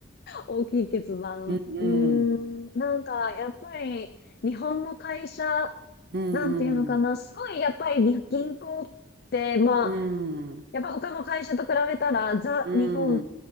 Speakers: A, on the left; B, on the right.
A: 大きい決断。
B: うん、うん、
A: うーん、なんかやっぱり日本の会社、
B: うん、
A: なんていうのかな、
B: うん、
A: すごいやっぱりに銀行って、まあ、
B: うん、
A: やっぱ他の会社と比べたら、ザ・
B: うん。
A: 日本